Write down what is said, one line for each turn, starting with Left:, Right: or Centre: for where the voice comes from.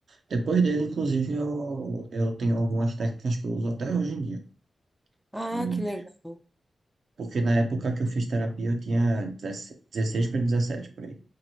Right: Depois dele, inclusive, eu, eu tenho algumas técnicas que eu uso até hoje em dia.
Centre: Ah,
Right: E,
Centre: que legal.
Right: porque na época que eu fiz terapia, eu tinha dezesseis para 17, por aí.